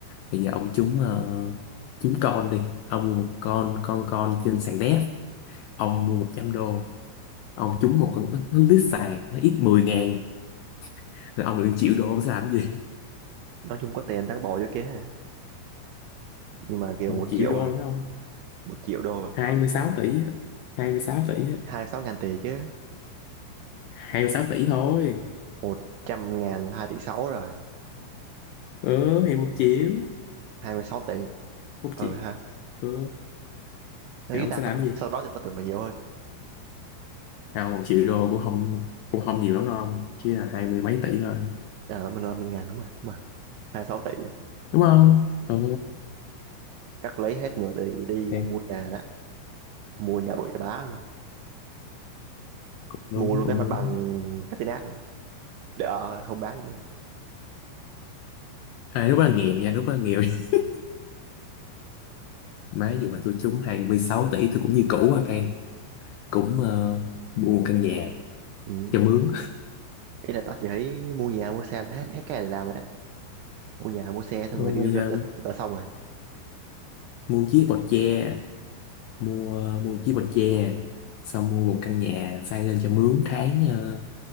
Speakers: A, on the left; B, on the right.
A: bây giờ ông trúng ờ, trúng con đi ông mua một con con con trên sàn đéc ông mua một trăm đô ông trúng một con nó, nó lít sàn nó ít mười ngàn rồi ông được 1 triệu đô ông sẽ làm gì
B: nói chung có tiền tao bỏ vô kia đã nhưng
A: <laughs>
B: mà kiểu
A: một
B: một
A: triệu
B: triệu
A: đô
B: à
A: đúng không
B: một triệu đô à
A: hai mươi sáu tỷ á 26 tỷ á
B: hai sáu ngàn tỷ chứ
A: 26 tỷ thôi
B: một trăm ngàn là hai tỷ sáu rồi
A: ừ thì một triệu
B: hai mươi sáu tỷ
A: một
B: ờ
A: triệu
B: ha
A: ừ
B: thế
A: thì
B: ý
A: ông
B: ta,
A: sẽ
B: ta,
A: làm cái gì
B: sau đó thì tao tưởng phải nhiều hơn
A: nào một triệu đô cũng không cũng không nhiều lắm đâu ông. chỉ là hai mươi mấy tỷ thôi
B: à, mình làm trăm ngàn đúng không mà hai sáu tỷ á.
A: đúng không ừ
B: cắt lấy hết nửa tỷ đi
A: thì
B: mua nhà đó mua nhà bự cho bá luôn
A: cũng đúng
B: mua luôn
A: cũng
B: cái mặt
A: đúng
B: bằng cái tên át luôn để ờ, không bán gì nữa.
A: à, lúc đó là nghèo nha lúc đó là nghèo <laughs> má dù mà tôi trúng 26 tỷ tôi cũng như cũ à fan cũng ờ, mua một căn nhà
B: ừ.
A: cho mướn
B: ý là tao chỉ thấy mua nhà mua xe là hết hết cái này để làm rồi đó mua nhà mua xe xong
A: rồi
B: rồi đi du lịch
A: ờ,
B: đã, đã xong rồi
A: mua chiếc bọt tre mua mua chiếc bọt tre xong mua một căn nhà xây lên cho mướn tháng ờ,